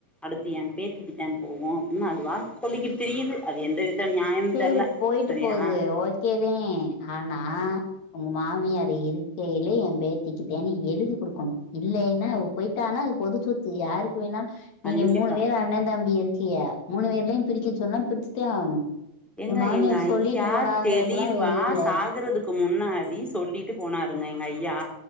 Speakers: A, in the centre; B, on the left (about 60°).
A: அடுத்து எ பேத்திக்கு தா போவும் அப்ன்னு அதுவா வா சொல்லிக்கிட்டு திரியுது அது எந்த வித நியாயம்னு
B: செரி
A: தெர்ல
B: போயிட்டு
A: சரியா
B: போது ஓகேதேன் ஆனா ஒங்க மாமியாரு இருக்கேலே எம் பேத்திக்கு தானு நீ எழுதி குடுக்கணு இல்லயினா போயிட்டானா அது பொது சொத்து யாருக்கு வேணா நீங்க
A: கண்டிப்பா
B: மூணு பேரு அண்ணே தம்பி இருக்கிய மூணு பேர்லயு பிரிக்க சொன்னா பிரிச்சித்தேன் ஆகணு
A: ஏங்க
B: என் மாமியார்
A: எங்க
B: சொல்லிட்டு
A: ஐயா
B: போனாங்கறக்கெல்லா
A: தெளிவா
B: வேல இல்ல
A: சாகுறதுக்கு க்கு முன்னாடி சொல்லிட்டு போனாருங்க எங்க ஐயா